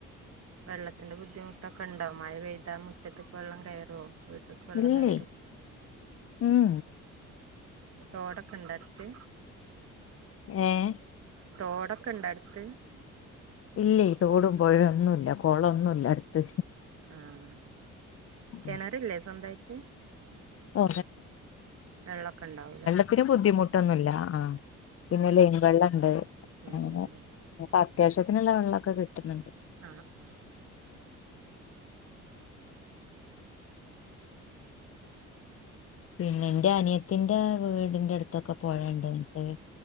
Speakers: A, on the right; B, on the left.
A: വെള്ളത്തിന്റെ ബുദ്ധിമുട്ടൊക്കെണ്ടോ മഴ പെയ്താ മുറ്റത്ത്ക്ക് വെള്ളം കയറോ വീട്ട്ക്ക് വെള്ളം
B: ഇല്ലേ
A: കയറും
B: ഉം
A: തോടൊക്കെണ്ടോ അടുത്ത്
B: ഏഹ്
A: തോടൊക്കെണ്ടോ അടുത്ത്
B: ഇല്ലേ തോടും പൊഴേം ഒന്നുല്ലാ കൊളൊന്നുല്ലാ അടുത്ത്
A: ആഹ്
B: ഉം.
A: കെണറില്ലേ സ്വന്തായിറ്റ്
B: ഓ
A: വെള്ളക്കെണ്ടാവൂല്ലേ
B: ത്തിന് ബുദ്ധിമുട്ടൊന്നുല്ലാ ആഹ് പിന്നെ ലൈൻ വെള്ളണ്ട്
A: ഉം
B: അങ്ങനെ
A: ഉം
B: അപ്പ അത്യാവശ്യത്തിനുള്ള വെള്ളൊക്കെ കിട്ടുന്ന്ണ്ട്
A: ആഹ് ആഹ്
B: പിന്നെ ഇന്റെ അനിയത്തിന്റെ വീടിന്റെ അടുത്തൊക്കെ പൊഴണ്ട് <unintelligible>